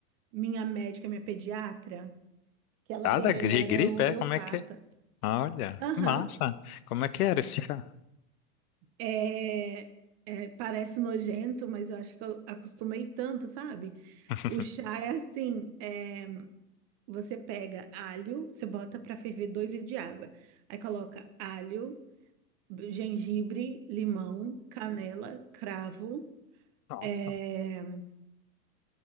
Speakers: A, on the right; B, on the left.
A: minha médica, minha pediatra, que ela
B: Nada
A: também
B: de
A: era
B: gripe,
A: homeopata.
B: é? Como é que é? Olha,
A: Aham,
B: que massa. Como é que era esse chá?
A: é, é, parece nojento, mas eu acho que eu acostumei tanto, sabe?
B: <laughs>
A: O chá é assim, é, você pega alho, você bota para ferver dois litros de água, aí coloca alho, gengibre, limão, canela, cravo,
B: Nossa.
A: É,